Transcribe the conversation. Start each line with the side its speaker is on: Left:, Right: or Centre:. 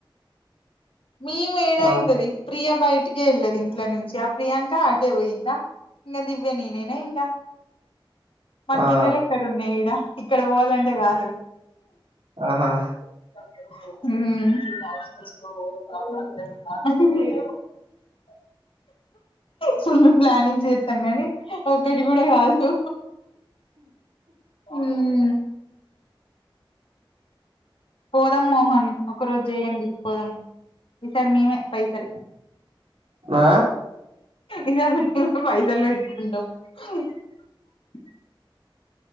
Left: మేము ఏడైతది
Right: ఆ
Left: ప్రియ బయటికే వెళ్ళదు ఇంట్ల నుంచి ఆ ప్రియాంక ఆటే పోయిందా ఇంగ దివ్య నేనేనా ఇంగా మాకు
Right: ఆ
Left: గిన్నెలు ఎక్కడ ఉన్నాయి ఈడ ఇక్కడ పోవాలంటే కాదు
Right: ఆహా
Left: ఉం ఫుళ ప్లానింగ్ చేస్తాం కానీ ఒకటి కూడా కాదు ఉం పోదాం మోహన్ ఒక రోజు చేయండి పోదాం ఈసారి మేమే పైసలు
Right: ఆ
Left: ఇ సరి మేమే పైసలు పెేటిట్ండ <unintelligible>